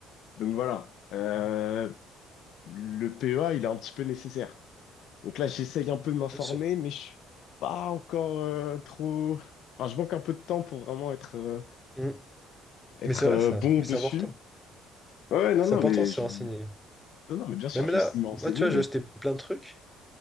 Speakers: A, on the left; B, in the centre.
A: donc voilà. Euh, le PEA, il est un petit peu nécessaire. Donc là, j'essaye un peu de m'informer,
B: bien sûr.
A: mais je suis pas encore euh, trop. Enfin, je manque un peu de temps pour vraiment être, euh,
B: Hmm.
A: être
B: Mais c'est vrai,
A: euh,
B: ça.
A: bon
B: Mais
A: dessus.
B: c'est important.
A: Ouais, non,
B: C'est
A: non,
B: important
A: mais
B: de se
A: je...
B: renseigner.
A: non, non, mais bien sûr,
B: Même
A: je
B: là,
A: vais essayer de me renseigner,
B: moi, tu vois,
A: mais.
B: j'ai acheté plein de trucs.